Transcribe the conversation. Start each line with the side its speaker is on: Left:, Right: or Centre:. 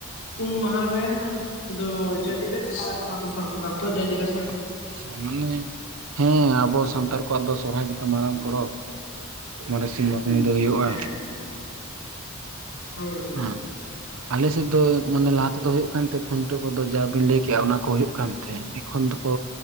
Left: ᱯᱩᱱ ᱢᱟᱦᱟ ᱨᱮ ᱫᱚ ᱡᱟᱡᱞᱮ ᱟᱨ ᱚᱱᱟ ᱫᱚᱥᱟᱨ ᱯᱨᱚᱥᱟᱨ ᱫᱚ ᱡᱟᱡᱞᱮ
Right: ᱟᱪᱪᱷᱟ ᱢᱟᱱᱮ ᱦᱮᱸ ᱟᱵᱚ ᱥᱟᱱᱛᱟᱲ ᱟᱠᱚᱣᱟᱜ ᱫᱚ ᱥᱚᱨᱦᱟᱭ ᱜᱮᱛᱚ ᱢᱟᱨᱟᱝ ᱯᱚᱨᱚᱵ ᱢᱚᱬᱮ ᱥᱤᱧ ᱢᱚᱬᱮ ᱧᱤᱫᱟᱹ ᱦᱩᱭᱩᱜᱼᱟ
Left: ᱦᱮᱸ ᱦᱳᱭ
Right: ᱦᱮᱸ ᱟᱞᱮ ᱥᱮᱫ ᱫᱚ ᱢᱟᱱᱮ ᱞᱟᱦᱟ ᱛᱮᱫᱚ ᱦᱳᱭᱳᱜ ᱠᱟᱱ ᱛᱟᱦᱮ ᱠᱷᱩᱱᱴᱟᱹᱣ ᱠᱚᱫᱚ ᱡᱟ ᱵᱤᱱ ᱞᱟᱹᱭ ᱠᱮᱜᱼᱟ ᱚᱱᱟ ᱠᱚ ᱦᱳᱭᱳᱜ ᱠᱟᱱ ᱛᱮ ᱮᱠᱷᱚᱱ ᱫᱚᱠᱚ